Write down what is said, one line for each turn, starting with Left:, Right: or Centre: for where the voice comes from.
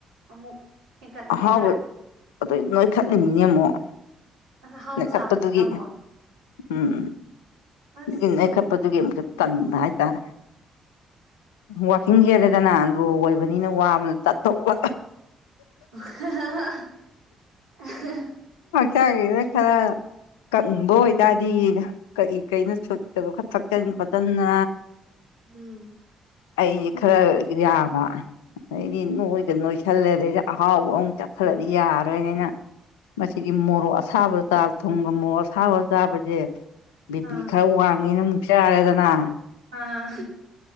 Right: ꯑꯃꯨꯛ ꯍꯦꯟꯀꯠꯅꯤꯡꯉꯥꯏ
Left: ꯑꯍꯥꯎꯕ
Right: ꯈꯔ
Left: ꯑꯗꯨ ꯅꯣꯏ ꯈꯠꯂꯤꯃꯤꯅꯦ ꯑꯃꯛ
Right: ꯑꯁ ꯑꯍꯥꯎꯕ
Left: ꯅꯣꯏꯈꯠ
Right: ꯆꯥꯕꯗꯨꯅ
Left: ꯇꯗꯨꯒꯤ
Right: ꯑꯃꯨꯛ
Left: ꯎꯝ
Right: ꯑꯁ
Left: ꯑꯗꯨꯒꯤ ꯅꯦꯢ ꯈꯠꯄꯗꯨꯒꯤ ꯑꯃꯨꯛꯁꯨ ꯇꯟꯕ ꯍꯥꯏꯇꯥꯔꯦ ꯋꯥꯀꯤꯡ ꯆꯦꯜꯂꯦꯗꯅ ꯂꯣ ꯑꯣꯏꯕꯅꯤꯅ ꯋꯥꯕꯅ ꯇꯠ ꯇꯣꯛꯄ
Right: <unintelligible>
Left: ꯀꯦꯒꯤꯕꯩ ꯈꯔ ꯀꯪꯕ ꯑꯣꯏꯇꯥꯔꯗꯤ ꯀꯩ ꯀꯩꯅꯣ ꯁꯨꯝꯀꯗꯣ ꯈꯔ ꯊꯛꯆꯟ ꯈꯣꯠꯗꯅ
Right: ꯎꯝ
Left: ꯑꯩꯁ ꯈꯔ ꯌꯥꯕ ꯑꯗꯩꯗꯤ ꯅꯣꯏꯒ ꯅꯣꯏꯁꯜꯂꯦ ꯑꯗꯩꯗ ꯆꯥꯛꯍꯥꯎꯕ ꯑꯃꯨꯛ ꯆꯠꯊꯔꯗꯤ ꯌꯥꯔꯣꯏꯅꯦ ꯑꯩꯅ ꯃꯁꯤꯗꯤ ꯃꯣꯔꯣꯛ ꯑꯁꯥꯕ ꯆꯥꯕ ꯊꯨꯝꯒ ꯃꯣꯔꯣꯛ ꯑꯁꯥꯕ ꯆꯥꯕꯁꯦ ꯕꯤ
Right: ꯑꯥ
Left: ꯄꯤ ꯈꯔ ꯋꯥꯡꯉꯦꯅ ꯃꯨꯛ ꯆꯔꯦꯗꯅ
Right: ꯑꯥ